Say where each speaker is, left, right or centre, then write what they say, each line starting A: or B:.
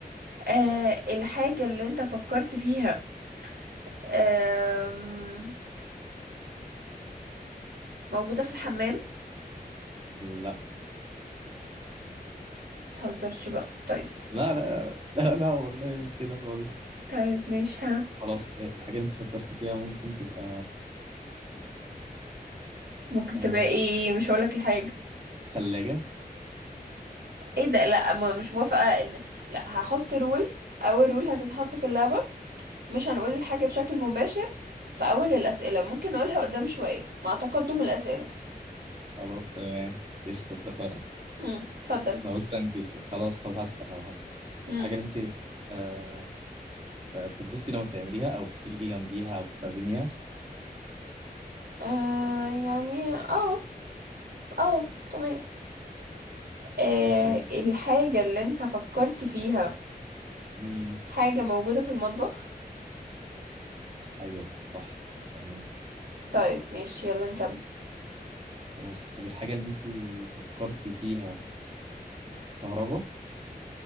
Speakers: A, on the right; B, on the right.
A: آه، الحاجة اللي انت فكرت فيها آم، موجودة في الحمام
B: لا
A: متهزرش بقى طيب
B: لا لا لا لا لا والله مش كده خالص
A: طيب ماشي ها
B: خلاص آه، الحاجه اللي انت فكرت فيها ممكن تبقى
A: ممكن
B: آه
A: تبقى ايه مش هقولك الحاجة
B: ثلاجه
A: ايه ده لا ما- مش موافقة ان لا هحط رول اول رول هتتحط في اللعبة مش هنقول الحاجة بشكل مباشر في اول الاسئلة ممكن نقولها قدام شوية مع تقدم الاسئلة
B: خلاص تمام قشطه اتفقنا
A: امم اتفضل
B: انا قلت انجز بقى. خلاص طب هسأل اهو هسأل
A: امم
B: الحاجة اللي انت آه آه، بتتبسطي لما بتعمليها او بتيجي جنبيها او بتستخدميها
A: آه يعني اه اه تمام آه
B: شكلها اتكلم
A: الحاجة اللي انت فكرت فيها
B: مم،
A: حاجة موجودة في المطبخ
B: ايوه صح تمام
A: طيب ماشي يلا نكمل
B: خلاص طب الحاجة اللي انت فكرتي فيها كهرباء